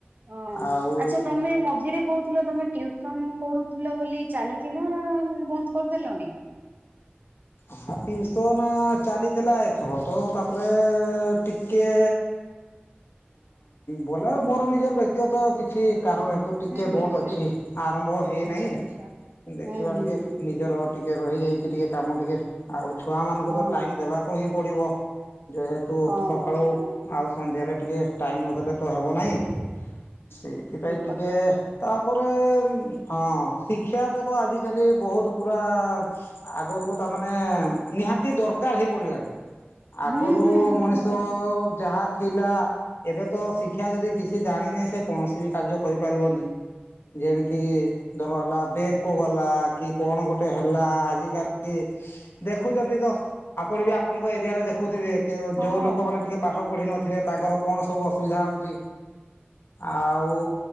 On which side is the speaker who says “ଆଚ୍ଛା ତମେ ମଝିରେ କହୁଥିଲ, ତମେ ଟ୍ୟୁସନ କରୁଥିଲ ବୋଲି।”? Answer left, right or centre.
Right